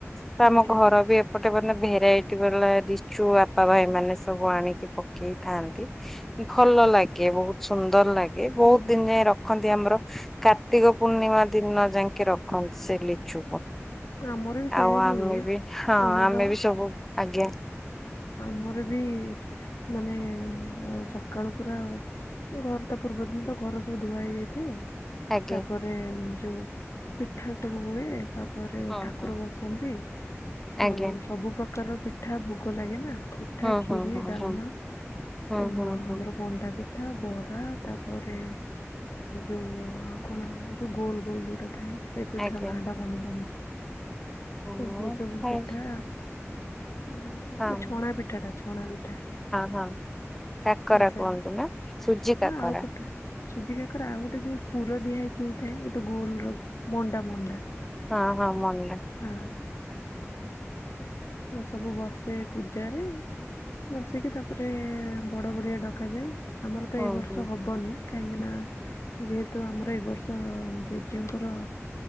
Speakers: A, in the centre; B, on the left.
A: ତ ଆମ
B: ଆଜ୍ଞା।
A: ଘର ବି ଏପଟେ ମାନେ ଭେରାଇଟ ବାଲା ଚୁ ବାପା ଭାଇ ମାନେ ସବୁ ଆଣିକି ପକେଇ ଥାନ୍ତି ଭଲ ଲା ଗେ ବହୁତ ସୁନ୍ଦର ଲାଗେ
B: ହୁଁ
A: ବହୁତ ଦିନ ଯାଏ ରଖନ୍ତି ଆମର କାର୍ତ୍ତିକ ପୂର୍ଣ୍ଣିମା ଦିନ ଯାଇକି ରଖନ୍ତି ସେ ଲିଚୁକୁ
B: ଆମର ବି ସେଇୟା
A: ଆଉ ଆମେ
B: ହିଁ ହୁଏ
A: ବି ହଁ
B: ଆମର
A: ଆମେ ବି ସବୁ ଆଜ୍ଞା
B: ଆମର ବି ମାନେ ସକାଳୁ ପୁରା ଘର ତା ପୂର୍ବଦିନ ତ ଘର ସବୁ ଧୁଆ ହେଇ ଯାଇଥାଏ।
A: ଆଜ୍ଞା
B: ତାପରେ ଯୋଉ ପିଠା ସବୁ ହୁଏ ତାପରେ
A: ହଁ
B: ଠାକୁର
A: ହଁ।
B: ବସନ୍ତି
A: ଆଜ୍ଞା
B: ଆଉ ସବୁ ପ୍ରକାରର ପିଠା ଭୋଗ ଲାଗେ ନା ପିଠା
A: ହଁ
B: ଖିରି
A: ହଁ ହଁ
B: ଡାମା
A: ହଁ ହଁ
B: ଅ
A: ହଁ
B: ଆମର
A: ହଁ
B: ମଣ୍ଡା ପିଠା। ପିଠା ବରା ତାପରେ ଯୋଉ ଆ କଣ ଯୋଉ ଗୋଲ ଗୋଲ ଯୋଉଟା ଥାଏ ସେ ପୀଠ
A: ଆଜ୍ଞା।
B: ନାଁ ଟା ମନେ ପଡୁନି।
A: ହଁ
B: ତ ସେଇ ସବୁ
A: ହଁ
B: ପିଠା ଆଉ
A: ହଁ
B: ଛଣା ପିଠା ଟା ଛଣା ପିଠା।
A: ହଁ କାକରା
B: ସେ
A: କୁହନ୍ତୁ ନା ସୁଜି କାକରା
B: ଆଉ ପିଠା ସୁଜି କାକର ଆଉ ଗୋଟେ ଯୋଉ ପୁର ଦିହାକି ହେଇଥାଏ ଗୋଟେ ଗୋଲର ମଣ୍ଡା ମଣ୍ଡା
A: ହଁ ହଁ ମଣ୍ଡା
B: ହଁ ଏ ସବୁ ବସ୍ ସେ ପୂଜାରେ ବସିକି ତାପରେ ବଡ଼ ବଡ଼ିଆ ଡକାଯାଏ। ଆମର ତ
A: ହଁ
B: ଏଇ ବର୍ଷ
A: ହଁ।
B: ହବନି। କାହିଁକିନା ଯେହେତୁ ଆମର ଏ ବର୍ଷ ଜେଜେଙ୍କର-